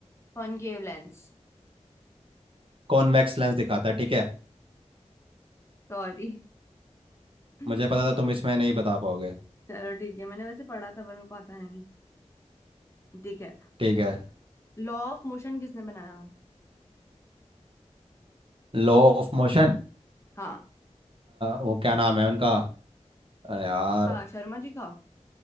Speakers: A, on the left; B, on the right.
A: Concave lens
B: कॉन्वेक्स लेंस दिखाता है ठीक है
A: सॉरी <laughs>
B: मुझे पता था तुम इसमें नहीं बता पाओगे
A: चलो ठीक है मैंने वैसे पढ़ा था पर मेरे को आता नहीं ठीक है
B: ठीक है
A: लॉ ऑफ मोशन किसने बनाया
B: Law of motion
A: हाँ
B: वो क्या नाम है उनका अ, यार
A: इनका शर्मा जी का